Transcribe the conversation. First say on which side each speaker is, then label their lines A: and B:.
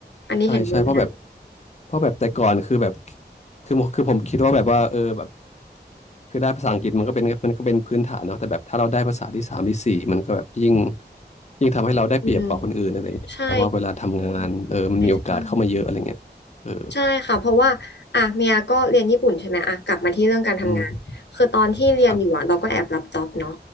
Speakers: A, on the left; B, on the left.
A: อันนี้เห็นด้วยมาก
B: ใช่ใช่เพราะแบบเพราะแบบแต่ก่อนคือแบบคือคือผมคิดว่าแบบว่าเออแบบคือได้ภาษาอังกฤษมันก็เป็นมันก็เป็นพื้นฐานเนาะแต่แบบถ้าเราได้ภาษาที่สามที่สี่มันก็แบบยิ่งยิ่งทำให้เราได้เปรียบกว่าคนอื่นอะไรเงี้ยแปลว่าเวลาทำงานเออมันมีโอกาสเข้ามาเยอะอะไรเงี้ยเออ
A: อืมใช่ใช่ใช่ ใช่ค่ะเพราะว่าอ่ะเมียก็เรียนญี่ปุ่นใช่ไหมอ่ะกลับมาที่เรื่องการทำงานคือตอนที่เรียนอยู่อ่ะเราก็แอบรับจ็อบเนาะ
B: อืมครับ